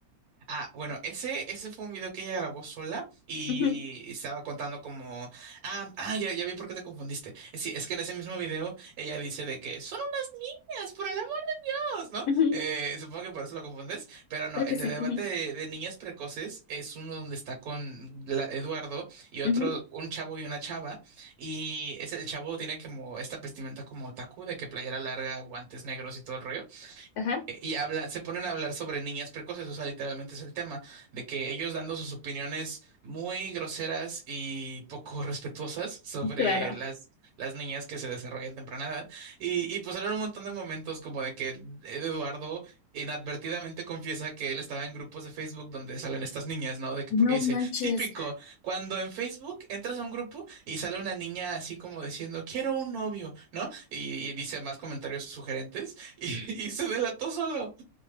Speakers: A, on the right (about 75°); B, on the left (about 85°).
A: Ah, bueno, ese, ese fue un video que ella grabó sola y
B: Ujú,
A: estaba contando como, ah, ah, ya, ya vi por qué te confundiste. Eh, Sí, es que en ese mismo video ella dice de que son unas niñas, por el amor, ¿no?
B: ujú,
A: Eh, supongo que por eso lo confundes, pero
B: Creo
A: no, el
B: que sí.
A: de debate
B: ujú,
A: de, de niñas precoces es uno donde está con la- Eduardo y otro,
B: ujú,
A: un chavo y una chava, y es el chavo tiene como esta vestimenta como otaku de que playera larga, guantes negros y todo el rollo
B: ajá.
A: eh, Y habla, se ponen a hablar sobre niñas precoces, o sea, literalmente es el tema, de que ellos dando sus opiniones muy groseras y poco <laughs> respetuosas sobre
B: Claro.
A: las, las niñas que se desarrollan temprana edad. Y, y pues eran un montón de momentos como de que Eduardo inadvertidamente confiesa que él estaba en grupos de Facebook donde salen estas niñas, ¿no? De que
B: No
A: porque dice,
B: manches.
A: típico, cuando en Facebook entras a un grupo y sale una niña así como diciendo, quiero un novio, ¿no? Y, y dice más comentarios sugerentes. <laughs> Y, y se delató solo.